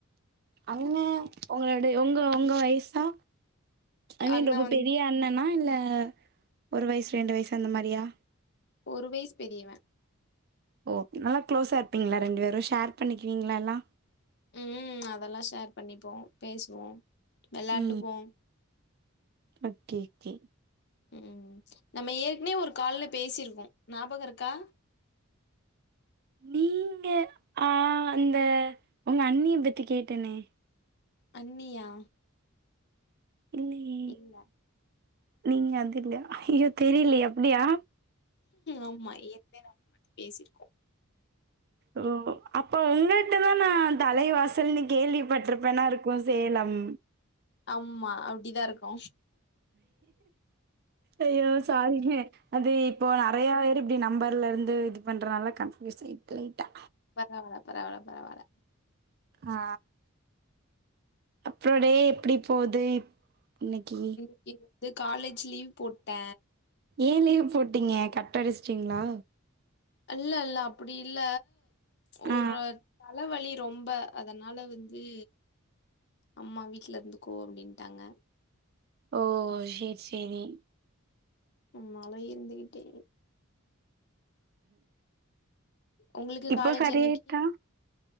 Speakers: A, on the right (about 45°); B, on the left (about 50°).
A: அண்ணா உங்கள விட உங்க உங்க வயிசா ஐ மீன்
B: அண்ணா
A: ரொம்போ
B: வந்து
A: பெரிய அண்ணனா இல்ல ஒரு வயஸ் ரெண்டு வயஸ் அந்த மாரியா
B: ஒரு வயிஸ் பெரியவ
A: ஓகே நல்லா க்ளோஸா இருப்பீங்களா ரெண்டு பேரு ஷேர் பண்ணிக்குவீங்களா எல்லா
B: ம் அதலா ஷேர் பண்ணிப்போ பேசுவோ வெளாண்டுப்போ
A: ம் ஓகே ஓகே
B: ம் நம்ம ஏற்கனவே ஒரு கால்ல பேசிருக்கோ ஞாபக இருக்கா
A: நீங்க ஆ அந்த உங்க அண்ணிய பத்தி கேட்டனே
B: அண்ணியா
A: இல்லையே
B: இல்ல
A: நீங்க அது இல்ல ஐய்யய்யோ தெரிலியே அப்டியா
B: ஆமா ஏற்கனவே நம்ம <unintelligible> பேசிருக்கோ
A: ஓ அப்ப உங்கள்ட்ட தா நா தலை வாசல்னு கேள்விப்பட்ருப்பேனா இருக்கு சேலம்
B: ஆம்மா அப்டிதா இருக்கு
A: அய்யோ சாரிங்க அது இப்போ நறையா பேர் இப்டி நம்பர்ல இருந்து இது பண்றனால கன்ஃயூஸ் ஆயிட்டு லைட்டா
B: பரவால்ல பரவால்ல பரவால்ல
A: ஆ அப்றோ டே எப்டி போது இப் இன்னக்கி
B: <inaudible> வந்து காலேஜ் லீவ் போட்ட
A: ஏ லீவ் போட்டீங்க கட் அடிச்சிட்டீங்களா
B: இல்லல்ல அப்டி இல்ல ஒரு
A: ஆ
B: தலவலி ரொம்ப அதனால வந்து அம்மா வீட்ல இருந்துக்கோ அப்டின்ட்டாங்க
A: ஓ செர் செரி
B: ஆ மழையு இருந்துக்கிட்டே உங்களுக்கு
A: இப்போ
B: காலேஜ்
A: சரி
B: என்னைக்கு?
A: ஆயிட்டா